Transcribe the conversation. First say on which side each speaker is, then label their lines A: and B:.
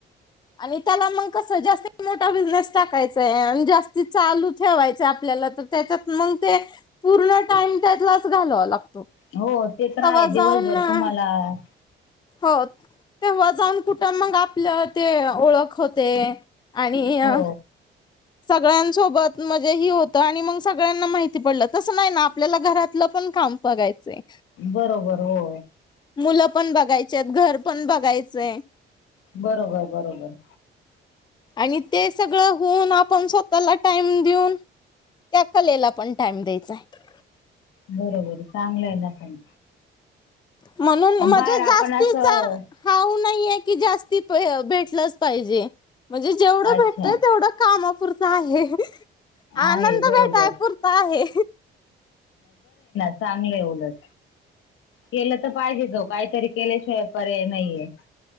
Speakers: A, on the left; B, on the left.
A: आणि त्याला मंग कसं जास्त मोठा बिझनेस टाकायचाय आणि जास्ती चालू ठेवायचं आपल्याला त..... त्याच्यात मग ते पूर्ण टाइम त्यातलाच घालाव लागतो
B: हो ते तर
A: तवा
B: आहे., दिवसभर
A: जाऊन
B: तुमाला....... आ......
A: हो तेवा जान कुठं मंग आपल ते, ओळख होते. आणि
B: हो
A: अ.... सगळ्यांसोबत म्हणजे ही होतं आणि मग सगळ्यांना माहिती पडलं तसं नाही ना आपल्याला घरात.... लपन खांम बघायचे..
B: बरोबर हो.
A: मुलं पण बघायचे हेत, घर पण बघायचंय
B: बरोबर बरोबर.
A: आणि ते सगळं होऊन आपण स् त्याला टाइम देऊन, त्या कलेला पण टाइम द्यायचं आहे.
B: बरं बरं, चांगलं आहे ना पण
A: म्हणून मजं
B: बाहेर
A: जास्तीचा
B: आपण असं
A: हाव नाहीे आहे की, जास्ती भेटलंच पाहिजे. म्हणजे जेवढं
B: अच्छा
A: भेटतोय तेवढं कामापुरता आहे. आनंद
B: आहे बरोबर
A: भेटाय पुरता आहे.
B: चांगलंय उलट. केलं त पाहिजे ओ काहीतरी केल्याशिवाय पर्याय नाहीे आहे.